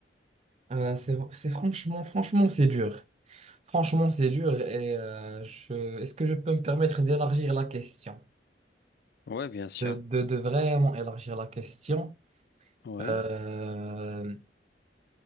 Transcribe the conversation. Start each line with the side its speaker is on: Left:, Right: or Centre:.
Right: euh, c'est, c'est franchement, franchement, c'est dur. Franchement, c'est dur. Et euh, je, est-ce que je peux me permettre d'élargir la question?
Left: Ouais, bien sûr.
Right: De, de, de vraiment élargir la question?
Left: Ouais.
Right: Euh,